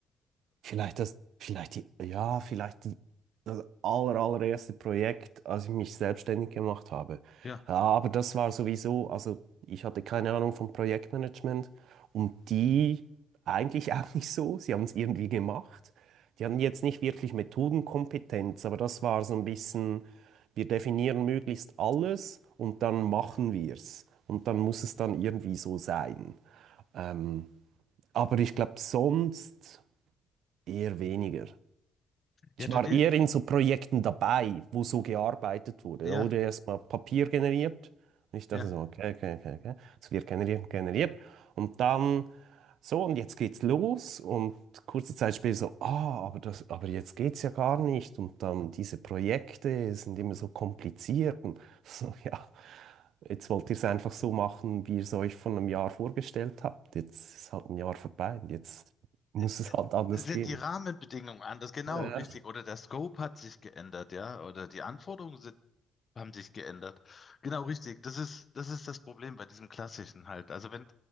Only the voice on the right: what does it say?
vielleicht das, vielleicht die, ja, vielleicht die aller, allererste Projekt, als ich mich selbstständig gemacht habe.
Ja, Aber das war sowieso, also ich hatte keine Ahnung vom Projektmanagement und die eigentlich auch nicht so. Sie haben es irgendwie gemacht. Die hatten jetzt nicht wirklich Methodenkompetenz, aber das war so ein bisschen, wir definieren möglichst alles und dann machen wir es. Und dann muss es dann irgendwie so sein. Ähm, aber ich glaube, sonst eher weniger.
Ich
war
eher in so Projekten dabei, wo so gearbeitet wurde.
Da wurde erstmal Papier generiert. Und ich dachte
so, okay, okay, okay, okay. Es wird generiert, generiert. Und dann so, und jetzt geht's los. Und kurze Zeit später so, ah, aber das, aber jetzt geht's ja gar nicht. Und dann diese Projekte sind immer so kompliziert. Und <laughs> so, ja, jetzt wollt ihr es einfach so machen, wie ihr es euch von einem Jahr vorgestellt habt. Jetzt ist halt ein Jahr vorbei und jetzt muss
es halt anders
gehen.
Ja,